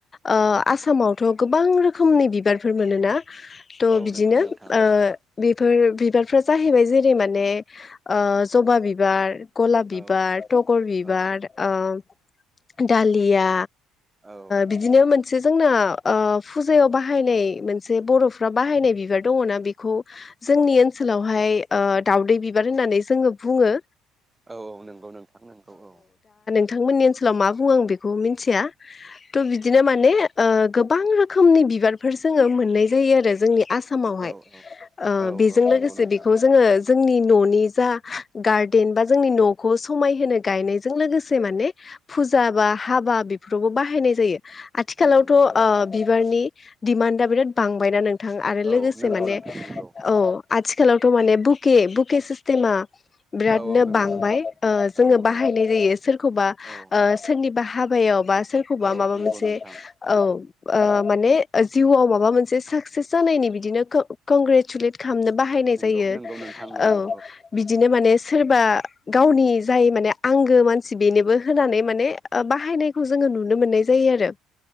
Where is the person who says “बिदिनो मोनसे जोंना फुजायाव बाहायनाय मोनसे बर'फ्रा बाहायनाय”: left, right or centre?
Left